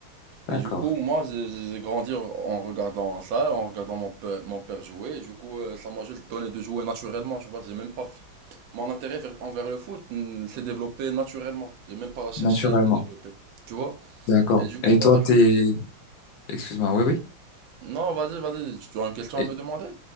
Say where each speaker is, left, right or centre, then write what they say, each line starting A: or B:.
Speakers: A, on the right (about 75°); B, on the left (about 70°).
A: Et
B: D'accord.
A: du coup, moi, j'ai j'ai- j'ai grandi en regardant ça, en regardant mon père, mon père jouer. Et du coup, euh, ça m'a juste donné de jouer naturellement. Tu vois, j'ai même pas fait- Mon intérêt vers- envers le foot mm, s'est développé naturellement. J'ai même pas
B: Naturellement.
A: cherché à le développer. Tu vois?
B: D'accord.
A: Et du coup,
B: Et toi,
A: par la
B: t'es...
A: suite.
B: Excuse-moi, oui, oui.
A: Non, vas-y, vas-y. Tu as une question
B: Et
A: à me demander?